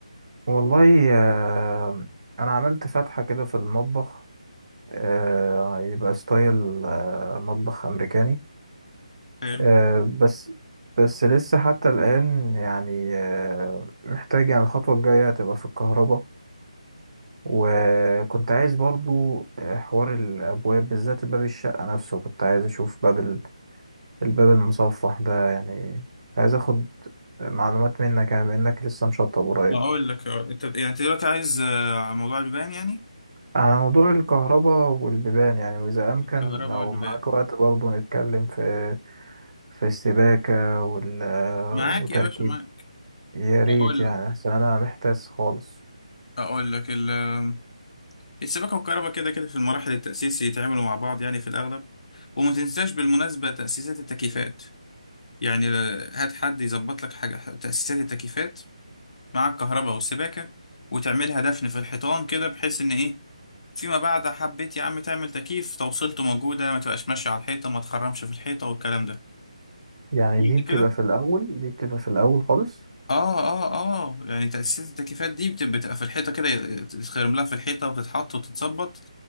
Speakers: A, on the right (about 60°); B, on the left (about 60°).
A: والله أه انا عملت فتحة كده في المطبخ أه يبقى ستايل أه مطبخ امريكاني
B: حلو
A: أه بس بس لسه حتى الان يعني أه محتاج يعني الخطوة الجاية تبقى في الكهرباء وكنت عايز برضو آه، حوار الابواب بالذات باب الشقة نفسه كنت عايز اشوف باب الباب المصفح ده يعني كنت عايز اخد معلومات منك يعني بانك لسه مشطب قريب
B: اقول لك آه، انت يعني انت دلوقتي عايز آه، على موضوع البيبان يعني
A: على موضوع الكهرباء والبيبان يعني واذا امكن
B: الكهرباء
A: لو
B: والبيبان
A: معاك وقت برضه نتكلم في في السباكة وال...
B: معاك
A: وتركيب
B: يا باشا معاك
A: يا ريت
B: اقول
A: يعني
B: لك
A: عشان انا محتاس خالص
B: اقول لك ال آه، السباكه والكهرباء كده كده في المراحل التاسيس يتعاملوا مع بعض يعني في الاغلب وما تنساش بالمناسبه تاسيسات التكييفات يعني ل- هات حد يظبط لك حاجة تأسيسات التكييفات مع الكهرباء والسباكة وتعملها دفن في الحيطان كده بحيث إن إيه فيما بعد حبيت يا عم تعمل تكييف توصيلته موجودة ما تبقاش ماشية على الحيطة ما تخرمش في الحيطة والكلام ده
A: يعني
B: فهمت
A: دي بتبقى
B: كده؟
A: في الاول دي بتبقى في الاول خالص
B: آه آه آه يعني تأسيسات التكييفات دي بت- بتبقى في الحيطة كده تتخرم لها في الحيطة وتتحط وتتظبط